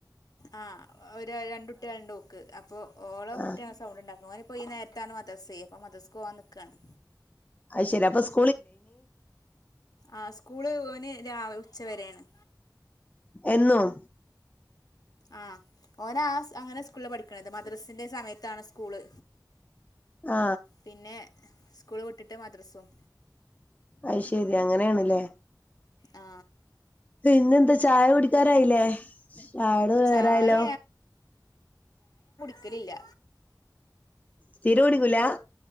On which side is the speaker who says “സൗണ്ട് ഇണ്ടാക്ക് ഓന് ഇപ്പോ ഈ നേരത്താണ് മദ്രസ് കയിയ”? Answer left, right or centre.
Left